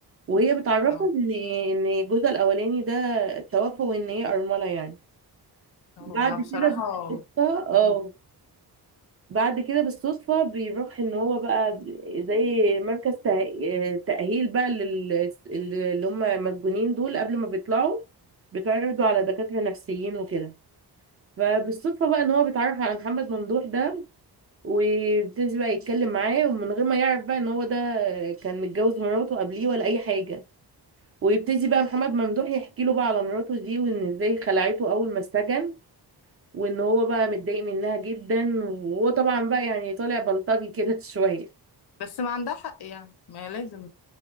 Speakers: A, on the right; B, on the left.
A: وهي بتعرفه
B: اه
A: ان ان جوزها الاولاني ده توفى وان هي ارمله يعني
B: هو
A: بعد
B: بصراحة
A: كده بالصدفه اه
B: امم
A: بعد كده بالصدفه بيروح ان هو بقى زي مركز ته- تاهيل بقى لل اللي هم مسجونين دول قبل ما بيطلعوا بيتعرضوا على دكاتره نفسيين وكده فبالصدفه بقى ان هو بيتعرف على محمد ممدوح ده وبيبتدي بقى يتكلم معاه ومن غير ما يعرف بقى ان هو ده كان متجوز مراته قبليه ولا اي حاجه ويبتدي بقى محمد ممدوح يحكي له بقى على مراته دي وان ازاي خلعته اول ما اتسجن وان هو بقى متضايق منها جدا وهو طبعا بقى يعني طالع بلطجي كده <laughs> شويه
B: بس ما عندها حق يعني ما هي لازم